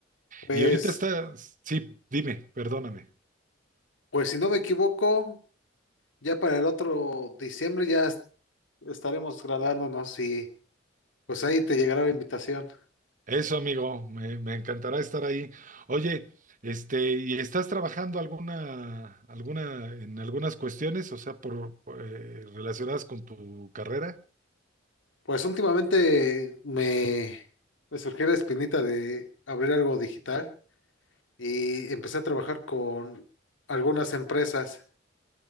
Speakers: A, on the left (about 90°); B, on the right (about 45°).
A: Pues,
B: Y ahorita está, sí, dime, perdóname.
A: pues si no me equivoco, ya para el otro diciembre ya est- estaremos graduándonos y pues ahí te llegará la invitación.
B: Eso, amigo, me, me encantará estar ahí. Oye, este, ¿y estás trabajando alguna, alguna, en algunas cuestiones, o sea, por, por, eh, relacionadas con tu carrera?
A: Pues últimamente me, me surgió la espinita de abrir algo digital y empecé a trabajar con algunas empresas